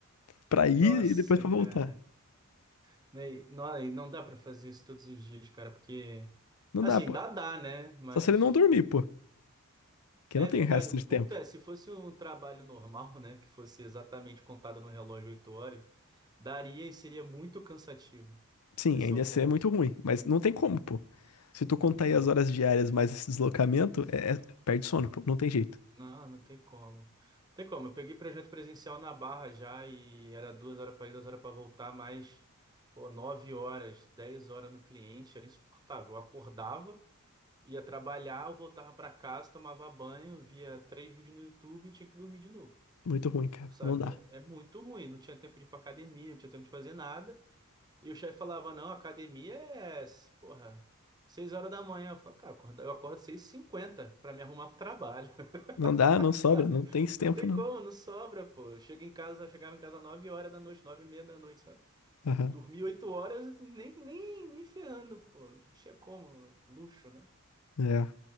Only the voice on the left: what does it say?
pra ir
e depois pra
voltar.
Não
dá, pô.
Só se ele não dormir, pô. Que
não tem
resto
de
tempo.
Sim,
ainda
ia ser
muito ruim, mas não tem como, pô. Se tu contar aí
as horas diárias mais esse deslocamento, é, é- perde sono, pô. Não tem jeito.
Muito ruim, cara.
Não dá.
Não dá,
não sobra,
não tem esse tempo,
não.
Aham.
É.